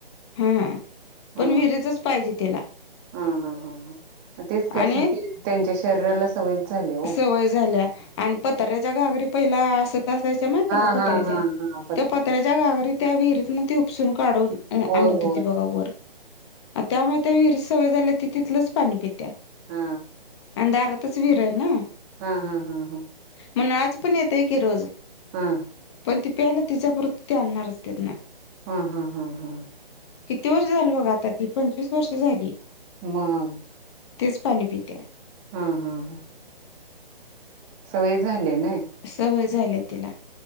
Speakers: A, on the left; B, on the right.
A: हा
B: हा
A: पण विहिरेच च पाहिजे तिला.
B: हा हा हा ह तेच कस
A: आणि
B: त्यांच्या शरीराला सवयच झाली ओ.
A: सवय झाल्या आणि पतऱ्याच्या घागरी पहिला असत असायच्या माहितीय
B: हा
A: का पतऱ्याच्या
B: हा हा हा
A: त्या पत्र्याच्या घाघरी त्या विहिरीतन ती उपसून काढून
B: होय
A: आणत
B: होय
A: होती बघा वर. त्यामुळे त्या विहिरी सवय झाले त तिथलच पाणी पित्या
B: हा
A: आणि दारातच विर ये ना.
B: हा हा हा हा
A: मण आज पण येतय की रोज
B: हां
A: पण ती प्यायला तिच्यापरती ते आणणारच तिथन.
B: हा हा हा ह
A: किती वर्ष झाल बगा आता ती पंचवीस वर्ष झाली.
B: म
A: तेच पाणी पित्या
B: ह ह ह सवय झालीय ना
A: सवय झाली तिला.